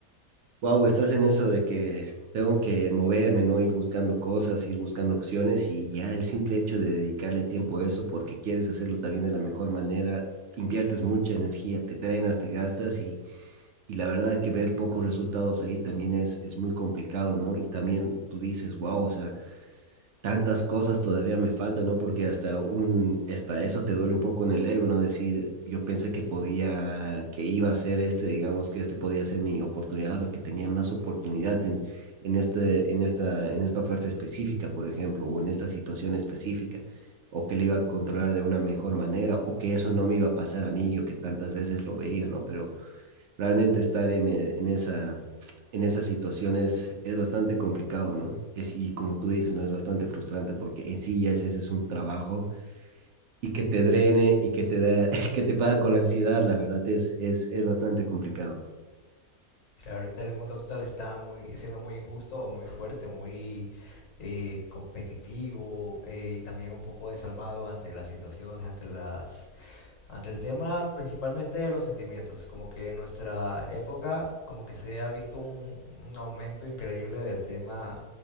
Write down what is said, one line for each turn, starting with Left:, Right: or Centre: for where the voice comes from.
Right: wow, estás en eso de que tengo que moverme, ¿no? Ir buscando cosas, ir buscando opciones y ya el simple hecho de dedicarle tiempo a eso porque quieres hacerlo también de la mejor manera, inviertes mucha energía, te drenas, te gastas y Y la verdad que ver pocos resultados ahí también es, es muy complicado, ¿no? Y también tú dices, wow, o sea, tantas cosas todavía me faltan, ¿no? Porque hasta un, hasta eso te duele un poco en el ego, ¿no? Decir, yo pensé que podía, que iba a ser este, digamos, que este podía ser mi oportunidad o que tenía más oportunidad en, en este, en esta, en esta oferta específica, por ejemplo, o en esta situación específica, o que le iba a controlar de una mejor manera, o que eso no me iba a pasar a mí, yo que tantas veces lo veía, ¿no? Pero realmente estar en, eh, en esa, en esas situaciones es bastante complicado, ¿no? Es, y como tú dices, ¿no? Es bastante frustrante porque en sí ya ese es un trabajo y que te drene y que te, da, <laughs> que te paga con ansiedad, la verdad es, es, es bastante complicado.
Left: Claro, ahorita el mundo actual está muy, siendo muy injusto, o muy fuerte, o muy eh, competitivo eh, y también un poco desalmado ante las situaciones, ante las ante el tema principalmente de los sentimientos, como que en nuestra época como que se ha visto un, un aumento increíble del tema